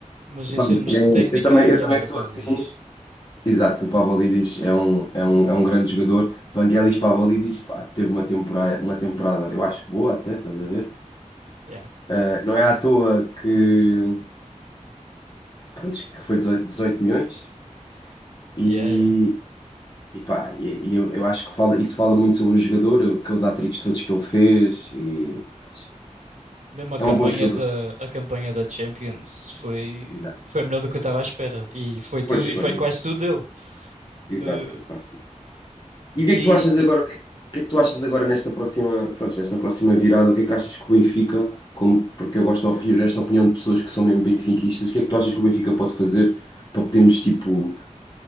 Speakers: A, on the right; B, on the left.
A: Mas
B: Opá,
A: em termos
B: eu,
A: de técnica,
B: eu também,
A: yeah,
B: eu também
A: era
B: sou
A: o Pavlidis.
B: assim. Exato, o Pavlidis é um, é um, é um grande jogador. Vangelis Pavlidis, pá, teve uma temporada, uma temporada, eu acho que boa até, estás a ver?
A: Yeah,
B: Eh, Não é à toa que, pronto, que foi 18 18 milhões. E
A: yeah, yeah.
B: E pá, e, e eu, eu acho que fala, isso fala muito sobre o jogador, o- aqueles hat-tricks todos que ele fez. E, pá,
A: Mesmo a
B: é
A: campanha
B: um bom jogador.
A: da, a campanha da Champions foi,
B: Exato.
A: foi melhor do que eu estava à espera. E foi tudo,
B: Pois
A: e
B: foi,
A: foi
B: muito.
A: quase tudo dele.
B: Exato,
A: Eh,
B: foi quase. E o que
A: e,
B: é que tu achas agora? O que é, que o que é que tu achas agora nesta próxima, pronto, nesta próxima virada? O que é que achas que o Benfica, como, porque eu gosto de ouvir esta opinião de pessoas que são mesmo benfiquistas, o que é que tu achas que o Benfica pode fazer para podermos, tipo,